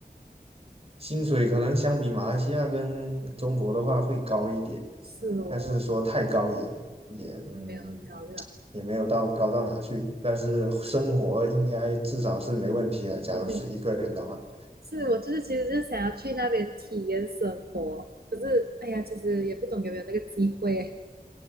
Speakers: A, on the right (about 35°); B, on the right (about 70°).
A: 薪水可能相比马来西亚跟中国的话会高一点，
B: 是哦，
A: 但是说太高也也嗯。
B: 没有很高对吧？
A: 也没有到高到哪去，但是生活应该至少是没问题的。假如是一个人的话，
B: 对对，是我就是其实就是想要去那边体验生活，可是哎呀，其实也不懂有没有那个机会。